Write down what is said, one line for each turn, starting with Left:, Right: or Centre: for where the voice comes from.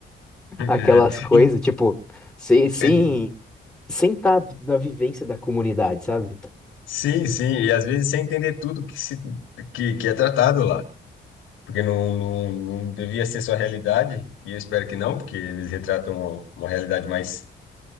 Left: <laughs>
Centre: aquelas coisas,
Left: E-
Centre: tipo, sem, sem,
Left: é,
Centre: sem estar na vivência da comunidade, sabe?
Left: sim, sim, e às vezes sem entender tudo que, se, que, que é tratado lá, porque não, não, não devia ser sua realidade, e eu espero que não, porque eles retratam uma, uma realidade mais,